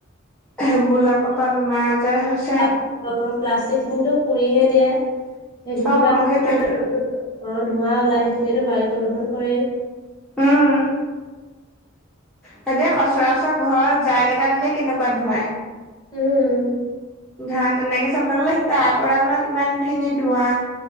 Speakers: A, in the centre; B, on the left.
A: সেইবিলাকৰ
B: অ',
A: পৰা বেমাৰ আজাৰ হৈছে
B: প্লা অ', প্লাষ্টিক খিনিতো পুৰিহে দিয়ে সেইখিনিৰ
A: অ',
B: পৰাতো
A: সেইটোয়েতো
B: তোমাৰ অ', ধোঁৱা ওলাই সেইখিনিতো বায়ু প্ৰদূষণ কৰেই।
A: উম। সেইটোৱে সচৰাচৰ ঘৰত জাগ এটা দিলে কেনেকুৱা ধুৱায়।
B: উম
A: ঘা তেনেকে চাবলৈ গ'লে তাৰ পৰা ওলোৱা কিমান খিনি ধোৱা